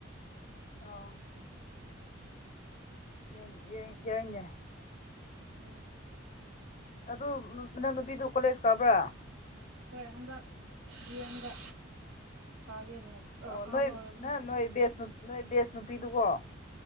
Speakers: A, on the left (about 40°); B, on the right (about 75°).
A: ꯑꯣ ꯌꯦꯡ ꯌꯦꯡ ꯌꯥꯏꯅꯦ꯫
B: ꯎꯝ
A: ꯑꯗꯨ ꯃꯅꯥꯎꯅꯨꯄꯤꯗꯨ ꯀꯣꯂꯦꯖ ꯀꯥꯕ꯭ꯔ?
B: ꯍꯣꯏ ꯍꯟꯗꯛ ꯗꯤ ꯌꯦꯝꯗ ꯀꯥꯒꯦꯅꯦ꯫
A: ꯑꯣ
B: ꯀꯥꯕ
A: ꯅꯣꯏ
B: ꯍꯧꯔꯕꯅꯤ
A: ꯅꯍꯟ ꯅꯣꯏ ꯕꯦꯁ ꯅꯨ ꯅꯣꯏ ꯕꯦꯁ ꯅꯨꯄꯤꯗꯨꯒꯣ꯫